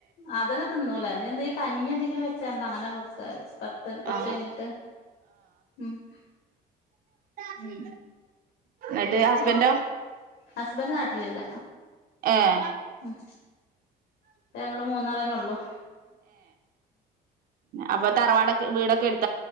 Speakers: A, on the left (about 65°); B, on the right (about 60°).
A: അതന്നെ തിന്നൂല ഇനി എന്തെലും കഞ്ഞി എന്തെങ്കിലും വെച്ചാണ്ടോ അങ്ങനെ കൊടുക്കാ വച്ചു പത്ത് കൊറച്ച്
B: ആഹ്
A: കഴിഞ്ഞിട്ട് മ്മ്
B: മ്മ് എന്നിട്ട് ഹസ്ബൻഡോ
A: ഓ ഹസ്ബൻഡ് നാട്ടിലില്ല
B: ഏഹ്
A: മ്മ് ഇപ്പം ഞങ്ങള് മൂന്നാളേനെ ഉള്ളു
B: അപ്പ തറവാടൊക്കെ വീടക്കെടുത്ത്